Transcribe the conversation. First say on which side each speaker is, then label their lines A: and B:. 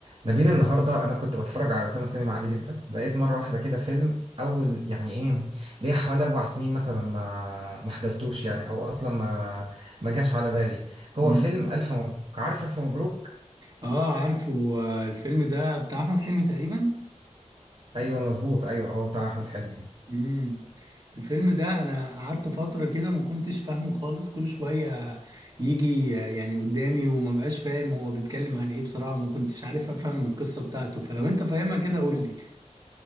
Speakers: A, on the right; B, on the right.
A: نبيل النهارده انا كنت بتفرج على روتانا سينما عادي جدا لقيت مره واحده كده فيلم اول يعني ايه ليه حوالي اربع سنين مثلا ما ما حضرتوش يعني او اصلا ما ما جاش على بالي هو
B: مم.
A: فيلم الف مبروك عارف الف مبروك
B: اه عارفه آه، الفيلم ده بتاع احمد حلمي تقريبا
A: ايوه مظبوط ايوه هو بتاع احمد حلمي
B: امم الفيلم ده انا قعدت فتره كده ما كنتش فاهمه خالص كل شويه يجي آه، يعني قدامي وما بقاش فاهم هو بيتكلم عن ايه بصراحه ما كنتش عارف افهم القصه بتاعته فلو انت فاهمها كده قول لي